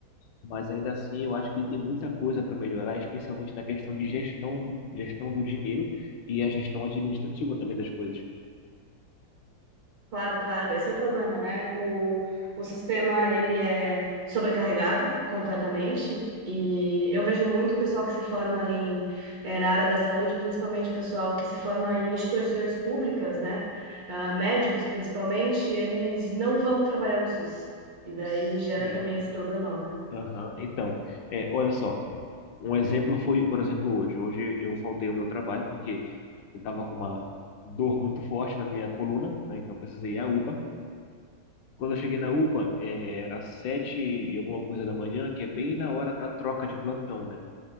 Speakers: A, on the left; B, on the right.
A: mas ainda assim eu acho que ele tem muita coisa para melhorar, especialmente na questão de gestão, gestão do dinheiro e a gestão administrativa também das coisas.
B: Claro, claro, esse é o problema, né? O, o sistema, ele é sobrecarregado completamente e eu vejo muito pessoal que se forma em, eh, na área da saúde, principalmente pessoal que se forma em instituições públicas, né? Ah, médicos, principalmente, eles não vão trabalhar no SUS. E daí
A: Sim.
B: gera também esse problemão, né?
A: Aham. Então, é, olha só, um exemplo foi, por exemplo, hoje. Hoje eu faltei ao meu trabalho porque eu estava com uma dor muito forte na minha coluna, né? Então precisei ir à UPA. Quando eu cheguei na UPA, é, era sete e alguma coisa da manhã, que é bem na hora da troca de plantão, né?